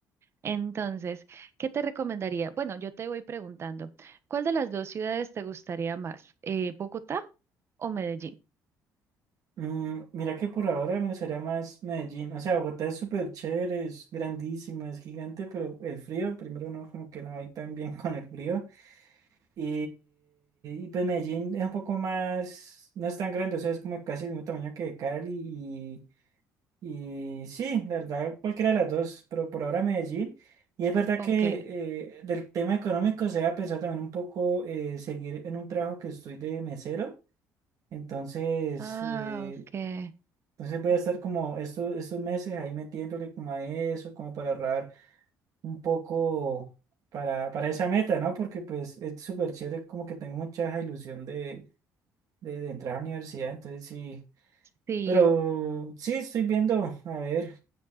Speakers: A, on the right (about 40°); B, on the right (about 60°).
A: Entonces, ¿qué te recomendaría? Bueno, yo te voy preguntando, ¿cuál de las dos ciudades te gustaría más? Eh, ¿Bogotá o Medellín?
B: Mm, mira que por ahora me gustaría más Medellín. O sea, Bogotá es súper chévere, es grandísima, es gigante, pero el frío, primero no, como que no voy tan bien <laughs> con el frío. Y, y pues Medellín es un poco más, no es tan grande, o sea, es como casi el mismo tamaño que Cali. Y, y sí, la verdad, cualquiera de las dos, pero por ahora Medellín. Y es verdad
A: Ok.
B: que eh, del tema económico se ha pensado también un poco eh, seguir en un trabajo que estoy de mesero. Entonces,
A: Ah,
B: eh,
A: ok.
B: entonces voy a estar como estos, estos meses ahí metiéndole como a eso, como para ahorrar un poco para, para esa meta, ¿no? Porque pues es súper chévere, como que tengo mucha ilusión de, de, de entrar a la universidad, entonces sí.
A: Sí,
B: Pero sí, estoy viendo, a ver,